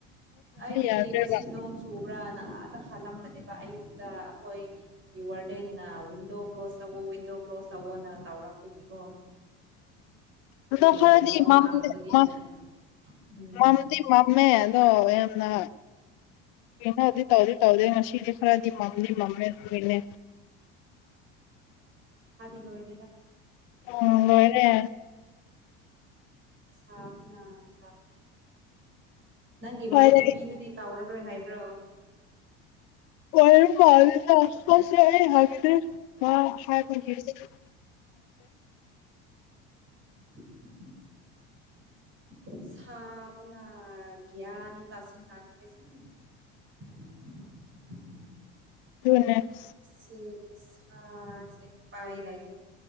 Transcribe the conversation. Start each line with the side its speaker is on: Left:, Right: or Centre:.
Right: ꯑꯩꯗꯤ
Left: ꯌꯥꯗ꯭ꯔꯦꯕ
Right: ꯉꯁꯤ ꯅꯣꯡ ꯆꯨ ꯄꯔꯅ ꯑꯗ ꯈꯜꯂꯝꯕꯅꯦꯕ ꯑꯌꯨꯛꯇ ꯑꯩꯈꯣꯏ ꯋꯥꯔꯗꯦꯟꯅ ꯋꯤꯟꯗꯣ ꯀ꯭ꯂꯣꯁ ꯇꯧꯕ ꯋꯤꯟꯗꯣ ꯀ꯭ꯂꯣꯁ ꯇꯧꯑꯣꯅ ꯇꯧꯔꯛꯄꯒꯤꯀꯣ ꯑꯗꯨꯒꯤ
Left: ꯑꯗꯣ ꯈꯔꯗꯤ
Right: ꯅꯣꯡ
Left: ꯃꯝꯃꯦ
Right: ꯃꯥꯡꯕꯒꯤꯅꯦ
Left: ꯃꯝ
Right: ꯎꯝ
Left: ꯃꯝꯗꯤ ꯃꯝꯃꯦ ꯑꯗꯣ ꯌꯥꯝꯅ ꯀꯩꯅꯣꯗꯤ ꯇꯧꯗꯤ ꯇꯧꯗꯦ ꯉꯁꯤꯗꯤ ꯈꯔꯥꯗꯤ ꯃꯝꯗꯤ ꯃꯝꯃꯦ ꯑꯗꯨꯒꯤꯅꯦ
Right: ꯂꯣꯏꯋꯥꯔꯦꯗ
Left: ꯑꯝ ꯂꯣꯏꯔꯦ
Right: ꯁꯥꯕꯅ ꯁꯥꯕꯅ ꯅꯪꯒꯤ ꯃꯔꯨꯞ
Left: ꯐꯔꯦ
Right: ꯅꯨꯄꯤꯗꯨꯗꯤ ꯇꯧꯔꯔꯣꯏ ꯍꯥꯏꯕ꯭ꯔꯣ
Left: ꯋꯥ ꯐꯦꯗ <unintelligible> ꯑꯁꯄꯥꯁ ꯌꯥꯏ ꯍꯥ <unintelligible> ꯑ ꯍꯥꯏꯕꯒꯤꯁꯨ
Right: <unintelligible> <unintelligible> ꯁꯕꯅ ꯒ꯭ꯌꯥꯟ ꯇꯁꯤꯜꯂꯛꯇꯔꯦ <unintelligible> <unintelligible>
Left: ꯑꯗꯨꯒꯅꯦ
Right: ꯥꯁꯤ ꯈꯨꯁꯥꯁꯦ ꯎꯄꯥꯏ ꯂꯩꯥꯇꯦ